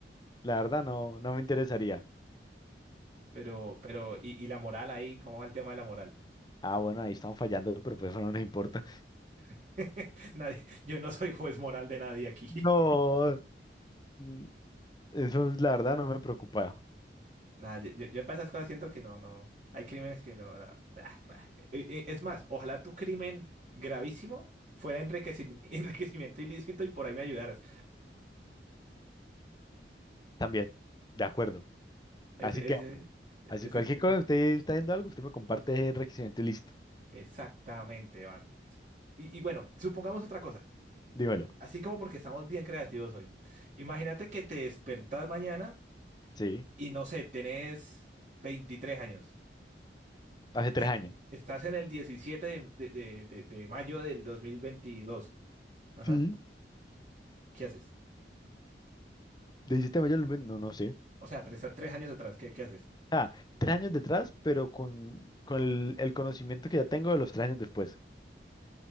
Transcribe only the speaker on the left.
La verdad, no, no me interesaría.
Ah, bueno, ahí están fallando, pero pues eso no nos importa.
No, mm, eso es la verdad, no me preocupa.
También, de acuerdo.
Así que,
así cualquier
cosa, usted está haciendo algo, usted me comparte el requisito y listo.
Dímelo.
Sí,
hace
tres años.
Sí.
¿De hiciste mayor? No, no sé.
Ah, tres años detrás, pero con, con el, el conocimiento que ya tengo de los tres años después.